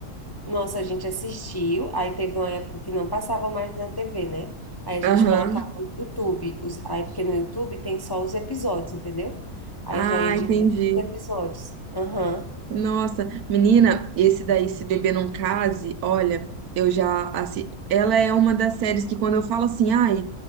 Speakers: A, on the left; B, on the right.
A: Nossa, a gente assistiu, aí teve uma época que não passava mais na TV, né? Aí a gente
B: Aham.
A: colocava no YouTube, os- aí porque no YouTube tem só os episódios, entendeu? Aí
B: Ah,
A: já ia direto
B: entendi.
A: os episódios. Aham,
B: Nossa, menina, esse daí, Se Beber Não Case, olha, eu já assisti. Ela é uma das séries que quando eu falo assim, ai,